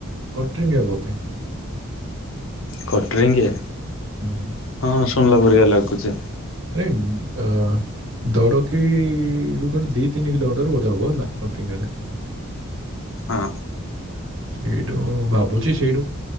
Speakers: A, on the right; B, on the left.
A: କଟ୍ରିଙ୍ଗିଆ ବୋଧେ।
B: କଟ୍ରିଙ୍ଗିଆ
A: ହୁଁ।
B: ହଁ ଶୁଣିଲା ପରିକା ଲାଗୁଛି।
A: <unintelligible> ଅ। ଦଡ଼କିରୁୁ କୁଆଡେ ଦି ତିନି କିଲୋମିଟର ବୋଧେ ହବ ହେଲା କଟ୍ରିଙ୍ଗିଆ ଟା।
B: ହଁ।
A: ସେଇଠୁ ଭାବୁଛି ସେଇଠୁ